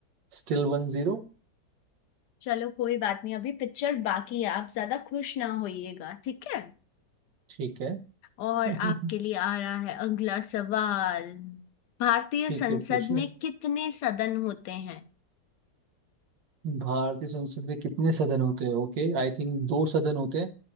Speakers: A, on the right; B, on the left.
A: still one zero
B: चलो कोई बात नहीं अभी पिक्चर बाकी है आप ज्यादा खुश ना होइएगा ठीक है
A: ठीक है
B: और
A: <laughs>
B: आपके लिए आ रहा है अगला सवाल भारतीय
A: ठीक
B: संसद
A: है पूछिए
B: में कितने सदन होते हैं
A: भारतीय संसद में कितने सदन होते हैं ओके आई थिंक दो सदन होते हैं